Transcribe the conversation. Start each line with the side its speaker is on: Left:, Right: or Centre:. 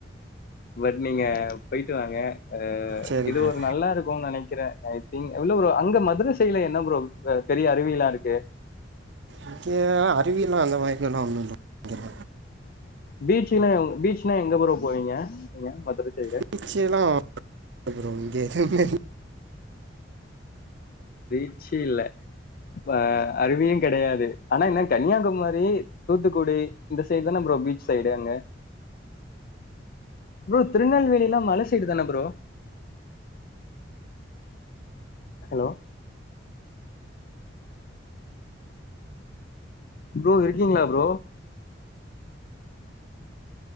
Left: பட் நீங்க போயிட்டு ட்டுவாங்க அ
Right: சேரி
Left: இது
Right: ப்ரோ
Left: ஒரு நல்லா இருக்கோ நெனைக் ற எனக்தி இல்ல ஃபுரோ அங்க மதுர சைட்ல என்ன ப்ரோ பெரிய அருவிளா இருக்கு
Right: இங்க அறிவிலா அந்த மாரிலா ஒண்ணு இல்ல
Left: பீச்சங்னா பீச்ன்னா எங்க ஃபுரோ போவீங்க நீங்க மதுரை சைடு
Right: பீச்சுலா இங்க ப்ரோ எதுவுமே இல்ல
Left: பீச்சு இல்ல அ ப அருவியு கிடையாது ஆனா என்ன கன்னியாகுமரி தூத்துக்குடி இந்த சைடு தானே ப்ரோ பீச் சைடு அங்க ப்ரோ திருநெல்வேலி எல்லா மல சைடு தானே ப்ரோ ஹலோ ப்ரோ இருக்கீங்களா ப்ரோ